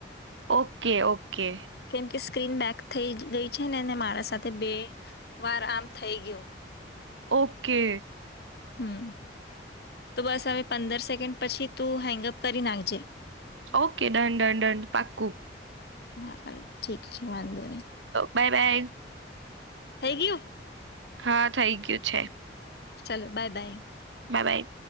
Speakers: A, on the right; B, on the left.
A: ઓકે-ઓકે.
B: કેમ સ્ક્રીન બેક થઈ ગઈ છે ને મારા સાથે બે વાર આમ થઈ ગયું.
A: ઓકે.
B: હમ્મ. તો બસ હવે પંદર સેકન્ડ પછી તું હેંગઅપ કરી નાખજે.
A: ઓકે, ડન-ડન-ડન પાક્કું.
B: હા હાલ ઠીક છે. વાંધો નહી.
A: બાય-બાય.
B: થઈ ગયું?
A: હા થઇ ગયું છે.
B: ચલો, બાય-બાય.
A: બાય-બાય.